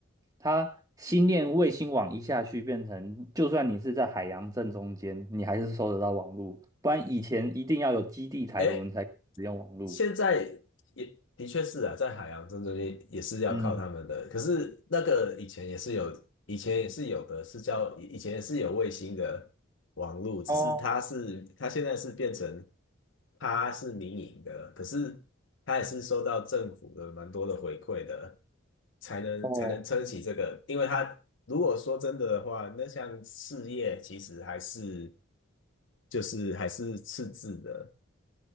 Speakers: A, on the right (about 15°); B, on the left (about 60°).
A: 他星链卫星网一下去，变成就算你是在海洋正中间，你还是收得到网络。不然以前一定要有基地台，
B: 哎，
A: 我们才使用网络。
B: 现在也的确是啊，在海洋正中间也是要靠他们的。
A: 嗯，
B: 可是那个以前也是有，以前也是有的，是叫以以前也是有卫星的网路，只是它是它现在是变成
A: 哦
B: 它是民营的，可是它也是收到政府的蛮多的回馈的，才能才能撑起这个。
A: 哦，
B: 因为它如果说真的的话，那项事业其实还是就是还是赤字的。